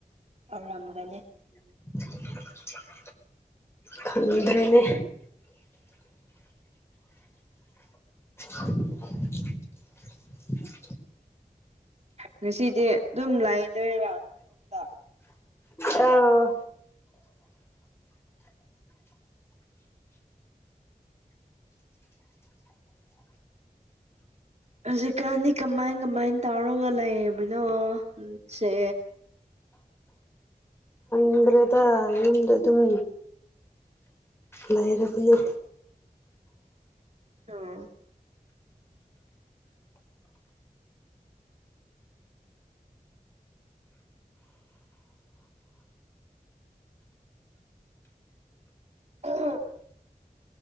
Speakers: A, on the right; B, on the left.
A: ꯗꯧꯔꯝꯒꯅꯤ
B: <inaudible> <inaudible> ꯈꯪꯗ꯭ꯔꯅꯦ <inaudible>
A: ꯉꯁꯤꯗꯤ ꯑꯗꯨꯝ ꯂꯩꯗꯣꯏꯔꯥ ꯌꯨꯝꯗ
B: ꯑꯥꯎ
A: ꯍꯧꯖꯤꯛꯀꯥꯟꯗꯤ ꯀꯃꯥꯏ ꯀꯃꯥꯏ ꯇꯧꯔꯒ ꯂꯩꯕꯅꯣ ꯁꯦ
B: ꯈꯪꯗ꯭ꯔꯦꯗ ꯌꯨꯝꯗ ꯑꯗꯨꯝ ꯂꯩꯔꯕꯅꯤ
A: ꯎꯝ ꯎꯝ